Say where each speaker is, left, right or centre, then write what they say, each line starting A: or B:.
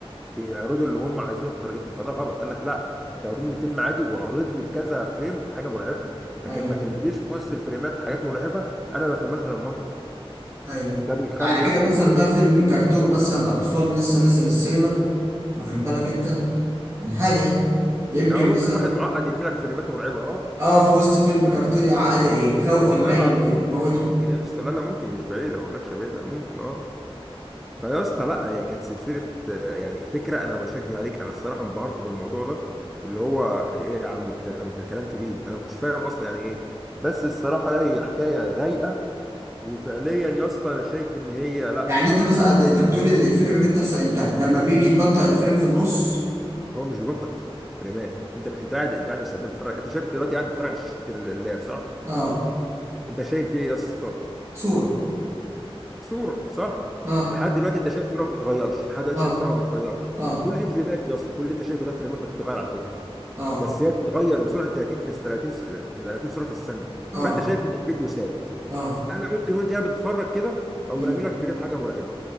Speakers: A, in the centre; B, on the right (about 30°).
A: بيعرضوا اللي هم عايزينه بطريقتهم فده غلط قال لك لا انت وريني الفيلم عادي واعرض لي في كذا فريم حاجه مرعبه لكن
B: أيوه
A: ما
B: أيوه
A: ترميليش في وسط الفريمات حاجات مرعبه انا ما فهمهاش غير لما اطلع
B: أيوه أيوه
A: ده بيخلي
B: على كده
A: يا اسطى
B: مثلا
A: الموضوع
B: بقى فيلم كرتون مثلا أطفال لسه نازل السينما واخد بالك أنت عن حاجة يمكن
A: يعني ممكن
B: مثلا
A: واحد معقد يرمي لك فريمات مرعبه اه
B: اه في وسط فيلم كرتون يعقد يخوف
A: ممكن ده والله
B: العيل
A: العظيم
B: ويموته
A: ممكن ممكن يا اسطى لا لا ممكن مش بعيدة ما اقولكش بعيدة ممكن اه فيا اسطى لا هي كانت سلسلة آه، يعني فكرة انا مش هكدب عليك انا الصراحة انبهرت بالموضوع ده اللي هو ايه يا عم الكلام ده كلام كبير انا ما كنتش فاهم اصلا يعني ايه بس الصراحة لا هي حكاية رايقة وفعليا يا اسطى انا شايف ان هي لا
B: يعني
A: آه،
B: انت مثلا انت بتقول ال- الفكره دي بتحصل امتى لما بيجي يبطئ الفريم في النص
A: هو مش بيبطل فريمات انت انت قاعد انت قاعد يا سلام بتتفرج انت شايف دلوقتي قاعد بتتفرج على شاشة اللاب صح؟
B: اه
A: انت شايف ايه يا اسطى؟
B: صوره
A: صوره صح
B: اه
A: لحد دلوقتي انت شايف صوره ما بتتغيرش لحد دلوقتي
B: اه
A: شايف صوره ما بتتغيرش
B: اه
A: كل دي فريمات يا اسطى كل اللي انت شايفه ده فريمات بتتغير على فكره
B: اه
A: بس هي بتتغير بسرعه 30 في 30 س- في 30 صوره في الثانيه
B: اه
A: فانت شايف ان الفيديو ثابت
B: اه
A: انا ممكن وانت قاعد بتتفرج كده او
B: مم.
A: مرمي لك فريم حاجه مرعبه